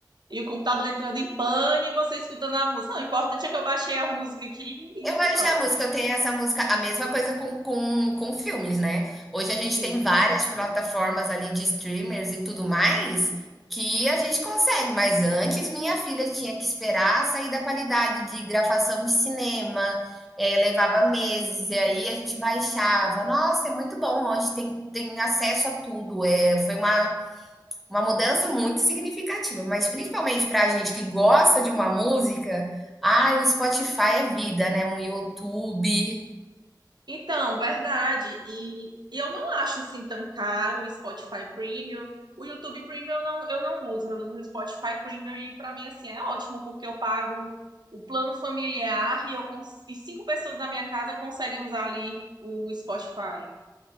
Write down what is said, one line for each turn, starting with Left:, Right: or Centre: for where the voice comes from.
Right: E o computador entrando em pane e você escutando a música. Não, o importante é que eu baixei a música aqui e
Centre: Eu vou deixar
Right: pronto.
Centre: a música, eu tenho essa música, a mesma coisa com, com, com filmes, né? Hoje a gente
Right: Sim.
Centre: tem várias plataformas ali de streamers e tudo mais que a gente consegue, mas antes minha filha tinha que esperar sair da qualidade de gravação de cinema, eh, levava meses, e aí a gente baixava. Nossa, é muito bom, hoje tem, tem acesso a tudo. É, foi uma, Uma mudança muito significativa, mas principalmente pra gente que gosta de uma música, ah, o Spotify é vida, né, um YouTube.
Right: Então, verdade. E, e eu não acho assim tão caro o Spotify Premium. O YouTube Premium eu não, eu não uso, eu uso o Spotify Premium e para mim assim é ótimo porque eu pago o plano familiar e eu cons- e cinco pessoas da minha casa conseguem usar ali o Spotify.